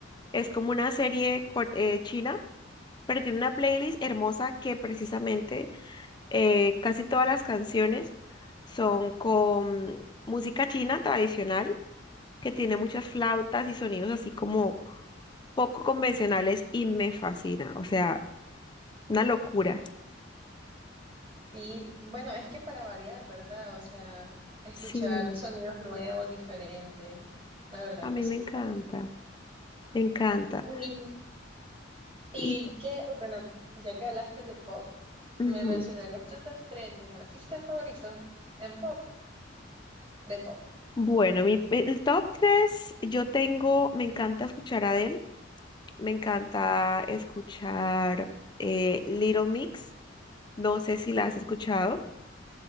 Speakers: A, on the left; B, on the right.
A: Es como una serie cor- eh, china, pero tiene una playlist hermosa que precisamente eh, casi todas las canciones son con música china tradicional que tiene muchas flautas y sonidos así como poco convencionales y me fascina, o sea, una locura.
B: Y bueno, es que para variar, ¿verdad? O sea, escuchar
A: Sí,
B: sonidos nuevos, diferentes. La verdad,
A: a mí
B: pues
A: me
B: sí,
A: encanta,
B: para.
A: me encanta.
B: Y, y
A: Y
B: que, bueno, ya que hablaste de pop,
A: ujú.
B: ¿me mencionarías tus top tres de artistas favoritos en pop, de pop?
A: Bueno, mi, el top 3, yo tengo, me encanta escuchar a Adele, me encanta escuchar eh, Little Mix, no sé si la
B: Ujú.
A: has escuchado,